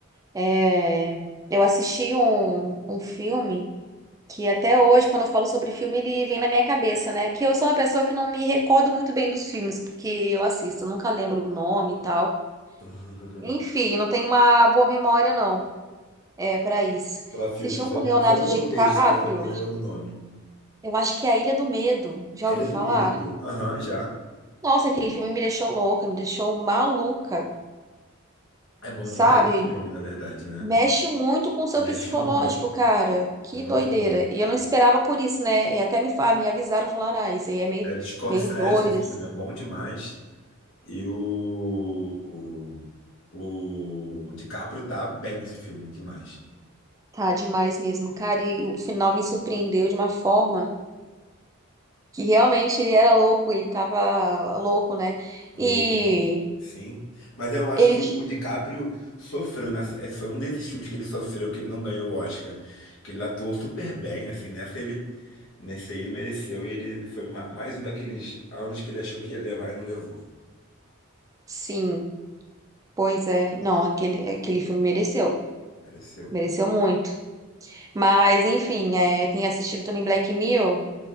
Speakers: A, on the right; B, on the left.
A: É, Eu assisti um, um filme que até hoje, quando eu falo sobre filme, ele vem na minha cabeça, né? Que eu sou uma pessoa que não me recordo muito bem dos filmes que eu assisto, eu nunca lembro o nome e tal.
B: <laughs>
A: Enfim, não tenho uma boa memória, não. É, para isso.
B: Pela filme,
A: Assisti um
B: você
A: com
B: lembra
A: Leonardo
B: só do contexto,
A: DiCaprio.
B: né? Não lembra do nome.
A: Eu acho que é A Ilha do Medo. Já
B: A
A: ouviu
B: Ilha
A: falar?
B: do Medo. Aham, já.
A: Nossa, aquele filme me deixou louca, me deixou maluca,
B: É bom
A: sabe?
B: demais esse filme, na verdade, né?
A: Mexe muito com o seu
B: Mexe
A: psicológico,
B: muito,
A: cara. Que
B: muito
A: doideira.
B: bom.
A: E eu não esperava por isso, né? E até me, fa- me avisaram, falaram, ah, isso aí é meio,
B: É do Scorsese,
A: meio doido,
B: esse
A: assim.
B: filme é bom demais. E o, o, o DiCaprio tá bem nesse filme demais.
A: Tá demais mesmo, cara. E o final me surpreendeu de uma forma que realmente ele era louco, ele tava louco, né?
B: Louco.
A: E
B: Sim. Mas eu acho
A: ele,
B: que
A: ti-
B: o DiCaprio sofreu nessa. Esse foi um desses filmes que ele sofreu que ele não ganhou o Oscar. Que ele atuou super bem, assim. Nessa ele, nessa ele mereceu. E ele foi ma- mais um daqueles anos que ele achou que ia levar e não levou.
A: sim, pois é. Não, aquele, aquele filme mereceu.
B: Mereceu.
A: Mereceu muito. Mas, enfim, é, tenho assistido também Black Mirror,